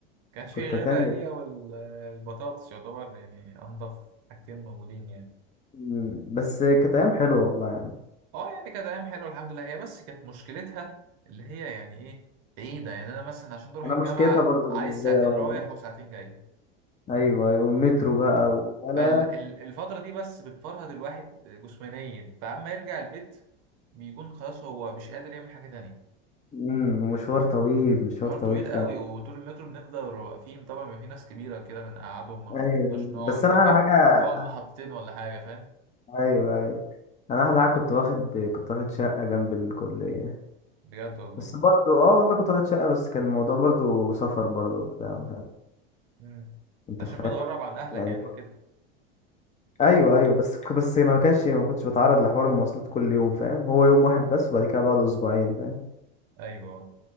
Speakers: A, on the right (about 55°); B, on the left (about 25°).
A: كانش
B: كنت
A: في غيرها
B: هتعمل
A: هي والبطاطس يعتبر يعني انضف حاجتين موجودين يعني
B: مم. بس كانت ايام حلوه والله يعني
A: اه يعني كانت ايام حلوه الحمد لله هي بس كانت مشكلتها اللي هي يعني ايه بعيده يعني انا مثلا عشان اروح
B: انا
A: الجامعه
B: مشكلتها برضه
A: عايز
B: بالنسبه
A: ساعتين
B: لي اه
A: رايح وساعتين جاي
B: ايوه ايوه المترو بقى ولا
A: فالفترة دي بس بتفرهد الواحد جسمانيا فأما يرجع البيت بيكون خلاص هو مش قادر يعمل حاجة تانية
B: امم ومشوار طويل مشوار
A: مشوار
B: طويل
A: طويل
B: فعلا
A: قوي وطول المترو بنفضل واقفين طبعا بيبقى في ناس كبيرة كده بنقعدهم ما بنقدرش
B: ايوه
A: نقعد
B: بس انا
A: ممكن
B: على حاجه
A: تقعد محطتين ولا حاجة فاهم
B: ايوه ايوه انا احلى حاجه كنت واخد كنت واخد شقه جنب الكليه
A: بجد والله
B: بس برضو اه والله كنت واخد شقه بس كان الموضوع برضو سفر برضو فاهم
A: امم
B: انت
A: انت
B: فاهم
A: عشان متغرب عن أهلك
B: يعني
A: يعني وكده
B: ايوه ايوه بس بس ما كانش ما كنتش بتعرض لحوار المواصلات كل يوم فاهم هو يوم واحد بس وبعد كده بعده اسبوعين فاهم
A: أيوه